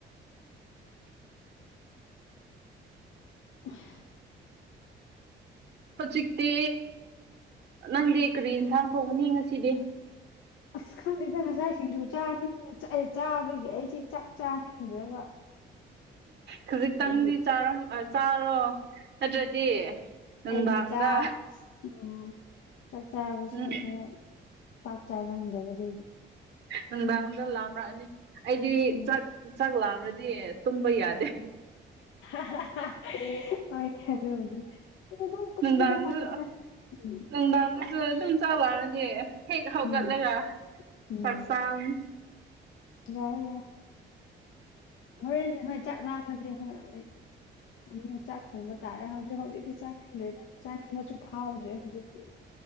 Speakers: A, on the left; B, on the right.
A: ꯑꯐ
B: ꯍꯧꯖꯤꯛꯇꯤ ꯅꯪꯗꯤ ꯀꯔꯤ ꯏꯟꯁꯥꯡ ꯊꯣꯡꯒꯅꯤ ꯉꯁꯤꯗꯤ
A: ꯑꯁ ꯈꯪꯗꯦꯗ ꯉꯁꯥꯏꯁꯤꯡꯁꯨ ꯆꯥꯅꯤꯡ ꯆꯥꯕꯒꯤ ꯑꯩꯁꯦ ꯆꯥꯛ ꯆꯥꯅꯤꯡꯗ꯭ꯔꯕ
B: ꯈꯖꯤꯛꯇꯪꯗꯤꯥꯔ
A: ꯑꯗꯨꯒꯤ
B: ꯆꯥꯔꯣ ꯅꯠꯇ꯭ꯔꯗꯤ ꯅꯨꯡꯗꯥꯡꯗ
A: ꯑꯩꯗꯤ ꯆꯥꯛ ꯎꯝ ꯆꯥꯛ ꯆꯥꯕꯁꯦ
B: ꯎꯝ
A: ꯈꯔ ꯄꯥꯛ ꯆꯒꯟꯗꯦꯕ ꯑꯗꯨꯒꯤ
B: ꯅꯨꯡꯗꯥꯡꯗ ꯂꯥꯝꯔꯛꯑꯅꯤ ꯑꯩꯗꯤ
A: ꯎꯝ
B: ꯆꯥꯛ ꯆꯥꯛ ꯂꯥꯝꯔꯗꯤ ꯇꯨꯝꯕ ꯌꯥꯗꯦ
A: <unintelligible> ꯍ‌ꯣꯏꯅ‌ꯦ ꯑꯗꯨꯕꯨꯗꯤ ꯑꯗꯨꯝ ꯇꯨꯝꯃꯤꯗ
B: ꯅꯨꯡꯗꯥꯡꯔꯝꯗꯨ
A: ꯈꯪꯗꯦꯗ ꯎꯝ
B: ꯅꯨꯡꯗꯥꯡꯗꯁꯨ ꯑꯗꯨꯝ ꯆꯥꯛ ꯂꯥꯝꯔꯗꯤ ꯍꯦꯛ ꯍꯧꯒꯠꯂꯒ
A: ꯎꯝ ꯎꯝ
B: ꯆꯥꯛ ꯆꯥꯕꯅ
A: ꯌꯥꯏ ꯌꯥ ꯍꯣꯔꯦꯟ ꯍꯣꯏ ꯆꯥꯛ ꯂꯥꯝꯃꯗꯤ ꯍꯣꯔ‌ꯦꯟ ꯑꯩ ꯑꯃꯨꯛ ꯆꯥꯛ ꯊꯣꯡꯕ ꯇꯥꯔꯦ ꯍꯧꯖꯤꯛ ꯍꯧꯖꯤꯛꯇꯤ ꯆꯥꯅꯤꯡꯗ꯭ꯔꯦꯗ ꯆꯥꯅꯤꯡꯕꯁꯨ ꯐꯥꯎꯗ꯭ꯔꯦ ꯍꯧꯖꯤꯛꯇꯤ